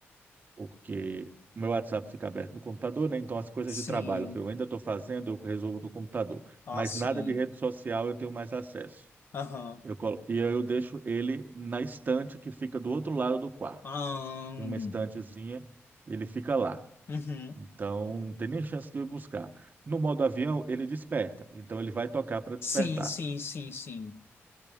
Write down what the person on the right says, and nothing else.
porque o meu WhatsApp fica aberto no computador, né? Então as coisas
de trabalho que eu ainda estou fazendo, eu resolvo no computador.
Mas
nada de rede social eu tenho mais acesso.
Eu colo- E eu deixo ele na estante que fica do outro lado do quarto.
Tem uma estantezinha e ele fica lá.
Então, não tem nem chance de eu buscar. No modo avião, ele desperta. Então, ele vai tocar para despertar.